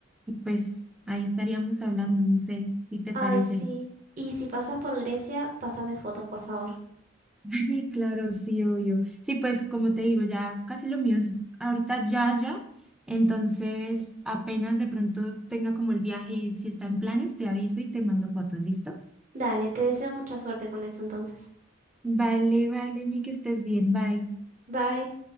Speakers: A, in the centre; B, on the right (about 40°).
A: Y pues ahí estaríamos hablando, no sé si te
B: ay,
A: parece.
B: sí. Y si pasas por Grecia, pásame fotos, por favor.
A: <laughs> Y claro, sí, obvio. Sí, pues como te digo, ya casi lo mío es ahorita ya, ya. Entonces, apenas de pronto tenga como el viaje y si está en planes, te aviso y te mando fotos, ¿listo?
B: Dale, te deseo mucha suerte con eso entonces.
A: Vale, vale, mi que estés bien, bye.
B: Bye.